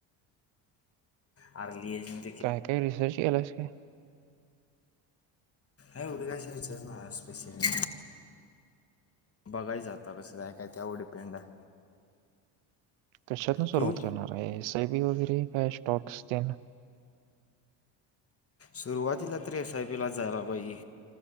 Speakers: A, on the left (about 30°); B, on the right (about 70°).
A: आ लिए ज
B: काय काय रिसर्च केलास का
A: अ उड काशच सपेशल बघाय जातात. तसं का आहे काय त्यावर डिपेंड आहे
B: कशात ना सुरुवात
A: तू
B: करणार आहे एस आय बी वगैरे काय स्टॉक्सन
A: सुरुवातीला तररी एसआय पी ला जायला पाहिजे